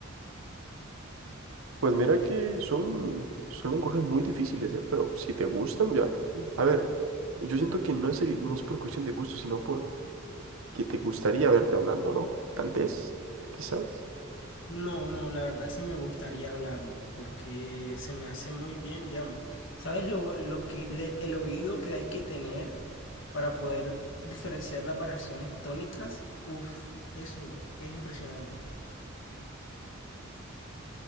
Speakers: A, on the right; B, on the left.
A: Pues mira que son, son lenguajes muy difíciles, ¿eh? Pero si te gustan, ya. A ver, yo siento que no es, el- no es por cuestión de gusto, sino por que te gustaría verte hablando, ¿no? Tal vez, quizás.
B: No, no, la verdad sí me gustaría hablarlo porque se me hace muy bien, digamos. ¿Sabes lo, lo que le- el oído que hay que tener para poder diferenciar las variaciones tónicas? Uf, eso es impresionante.